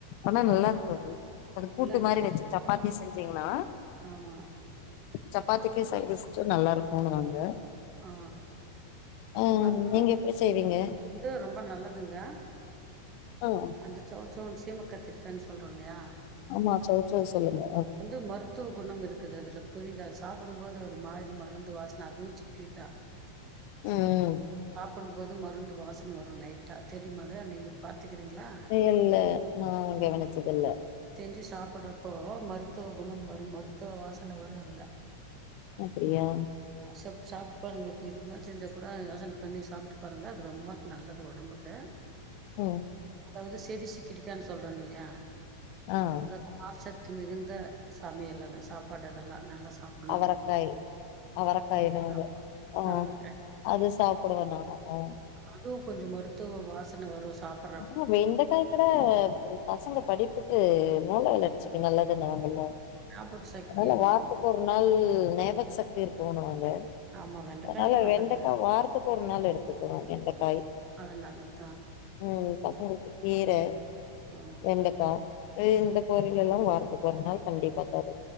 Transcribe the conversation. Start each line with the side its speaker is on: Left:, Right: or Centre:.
Left: ஆனா
Right: ஆ
Left: நல்லா இருக்கும் அது அது கூட்டு
Right: இல்லங்க
Left: மாரி வச்சு சப்பாத்தி செஞ்சீங்னா
Right: ஆமா
Left: சப்பாத்திக்கு சைட் டிஷு நல்லா இருக்குன்னுவாங்க
Right: ஆ
Left: ஆ
Right: அது
Left: நீங்க எப்டி செய்வீங்க
Right: இது ரொம்ப நல்லதுங்க
Left: ம்
Right: அந்த சௌச்சௌ சீம கத்திரிக்கான்னு சொல்றோ இல்லயா
Left: ஆமா சௌச்சௌவ் சொல்லுங்க
Right: வந்து மருத்துவ குணம் இருக்குது அதுல புரியுது சாப்பிடும் போது ஒரு மாரி மருந்து வாச அதுவும் சிக்கிக்கா
Left: ம்
Right: சாப்பிடும் போது மருந்து வாசன வரும் லைட்டா தெரியுமா அத நீங்க பாத்துக்கிறீங்களா
Left: இல்ல நான கவனிச்சதில்ல
Right: செஞ்சு சாப்பிடுறப்போ மருத்துவ குணம் வரும் மருத்துவ வாசன வரும் அதுல
Left: அப்படியா
Right: சக் சாப்ட்டு பாருங்க இப்ப இதுக்கு மேல செஞ்சா கூட யோசன பண்ணி சாப்ட்டு பாருங்க அது ரொம்ப நல்லது ஒடம்புக்கு <inaudible>
Left: உம்
Right: அதாது செடி சிக்கிடிக்கானு சொல்றாங்க இல்லயா
Left: ஆஹ்
Right: அது நார்ச்சத்து மிகுந்த சமையல் அது சாப்பாடு இதெல்லாம் நல்லா சாப்
Left: அவரக்காய் அவர பையனங்க
Right: ஆமா
Left: ஆஹ
Right: அவரக்காய்
Left: அது சாப்புடுவேன் நானும் ஆ
Right: அதுவும் கொஞ்ஜோ மருத்துவ வாசன வரும் சாப்
Left: அப்றோ வெண்டகாய் க்குற பசங்க படிப்புக்கு மூல வளர்சிக்கு நல்லதுன்னாங்கல
Right: ஞாபக சக்தி
Left: அது வாரத்துக்கு
Right: வந்து
Left: ஒரு நாள் ஞாபக சக்தி இருக்குணுவங்க
Right: ஆமா வெண்டைக்காயு
Left: அதனால
Right: நல்லதுதா
Left: வெண்டைக்கா வாரத்துக்கு ஒரு நாள் எடுத்துக்குவோம் வெண்டைக்காய்
Right: ஆ நல்லது தான்
Left: உம் பசங்களுக்கு கீர
Right: ஆமா
Left: வெண்டைக்கா இந்த பொறிலலாம் வார அப்ப ஒரு நாள் கண்டிபா தரு